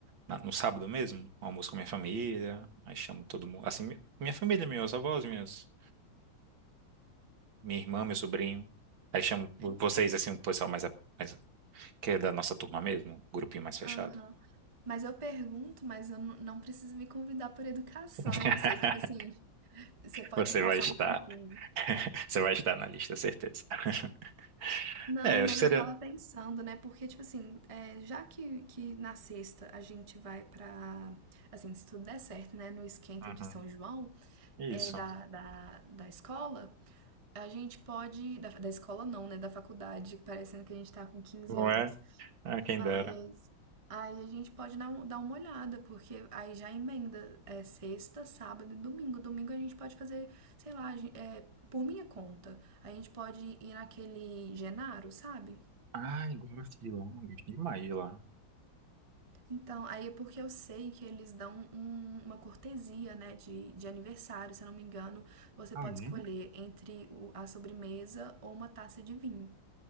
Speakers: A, on the right (about 75°); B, on the right (about 35°).
A: na- no sábado mesmo, um almoço com minha família, aí chamo todo mundo, assim, mi- minha família, meus avós, minhas minha irmã, meu sobrinho. Aí chamo vo- vocês, assim, o pessoal mais, a- mais- que é da nossa turma mesmo, um grupinho mais fechado.
B: Aham. Mas eu pergunto, mas eu não não preciso me convidar por educação.
A: <laughs>
B: Eu sei que, tipo assim, você pode
A: Você
B: passar
A: vai estar,
B: um tempinho.
A: <laughs> você vai estar na lista, certeza. <laughs>
B: Não,
A: É, acho
B: mas
A: que seria.
B: eu tava pensando, né? Porque, tipo assim, é, já que, que na sexta a gente vai pra. Assim, se tudo der certo, né? No esquenta
A: Uhum.
B: de São João,
A: Isso.
B: é, da, da, da escola, a gente pode. Da, da escola não, né? Da faculdade, parecendo que a gente tá com 15
A: Não
B: anos.
A: é? Ah, quem
B: Mas
A: dera.
B: aí a gente pode dar, um- dar uma olhada, porque aí já emenda é, sexta, sábado e domingo. Domingo a gente pode fazer, sei lá, a gen- é, por minha conta. A gente pode ir naquele Genaro, sabe?
A: Ai, gosto de lá, gosto demais de lá.
B: Então, aí é porque eu sei que eles dão um- uma cortesia, né, de, de aniversário, se eu não me engano, você
A: Ah,
B: pode
A: é? Hum,
B: escolher entre o- a sobremesa ou uma taça de vinho.